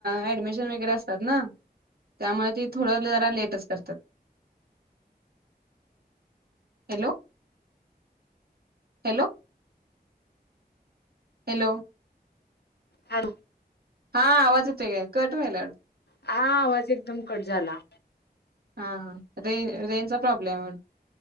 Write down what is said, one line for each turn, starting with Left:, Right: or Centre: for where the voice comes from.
Right: ॲडमीशन वैगरे आसत्यात त्यामुळे ते थोडं जरा लेटच करतात हॅलो हॅलो हॅलो
Left: हा
Right: हा आवाज येत आहे का? कट होयला -
Left: हा आवाज एकदम कट झाला.
Right: हा, हा, रे रेंजचा प्रॉब्लेम-